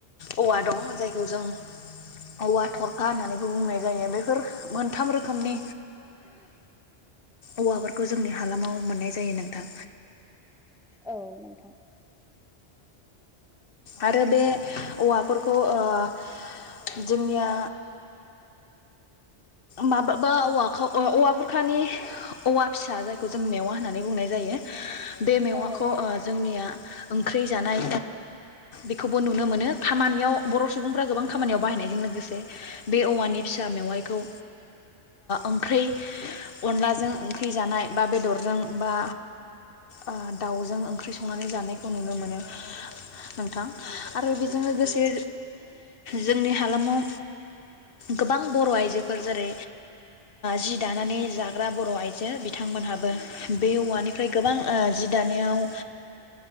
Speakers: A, on the left; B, in the centre.
A: औवा दं जायखौ जों औवा थरखा होननानैबो बुंनाय जायो बेफोर मोनथाम रोखोमनि औवाफोरखौ जोंनि हालामाव मोननाय जायो नोंथां।
B: औ नोंथां
A: आरो बे औवाफोरखौ ओ जोंनिया माबा बा औवाखौ औवा बुरखानि औवा फिसा जायखौ जों मेवा होननानै बुंनाय जायो। बे मेवाखौ
B: औ
A: ओ जोंनिया ओंख्रि जानाय बेखौबो नुनो मोनो खामानियाव बर' सुबुंफ्रा गोबां खामानियाव बाहायनायजों लोगोसे बे औवानि फि फिसा मेवाइखौ ओंख्रि अनलाजों ओंख्रि जानाय बा बेदरजों बा ओ दाउजों ओंख्रि संनानै जानायखौ नुनो मोनो। नोंथां आरो बेजों लोगोसे जोंनि हालामाव गोबां बर' आइजो फोर जेरै जि दानानै जाग्रा बर' आइजो बिथांमोनहाबो बे औवानिफ्राय गोबां जि दानायाव